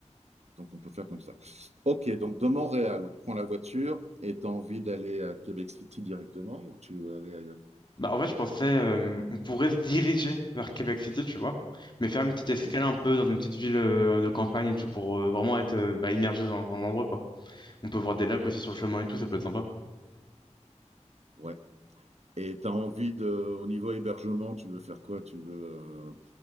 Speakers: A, on the right; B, on the left.
A: donc, on peut faire comme ça. OK, donc de Montréal, on prend la voiture et tu as envie d'aller à Québec City directement ou tu veux aller ailleurs?
B: Bah, en fait, je pensais, euh, on pourrait se diriger vers Québec City, tu vois, mais faire une petite escale
A: Oui,
B: un peu dans une petite ville euh, de campagne et tout pour euh, vraiment être euh, bah, immergé dans, dans l'endroit, quoi. On peut voir des lacs aussi sur le chemin et tout, ça peut être sympa.
A: ouais. Et tu as envie de, au niveau hébergement, tu veux faire quoi? Tu veux euh,